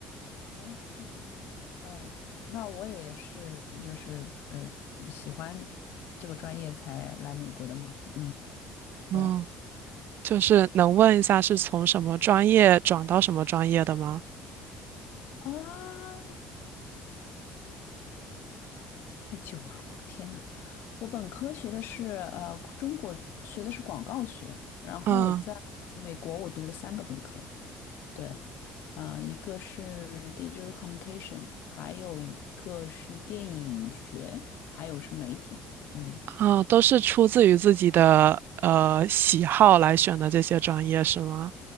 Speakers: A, on the left; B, on the right.
A: 完全不一样。嗯，那我也是，就是呃，喜欢这个专业才来美国的嘛。嗯，对
B: 嗯，就是能问一下是从什么专业转到什么专业的吗？
A: 啊，太久了，我天呐，我本科学的是呃中国学的是广告学，然后我在美国我读了三个本科，
B: 嗯。
A: 对，呃，一个是 digital communication，还有一个是电影学，还有是媒体。嗯，
B: 啊，都是出自于自己的呃喜好来选的这些专业是吗？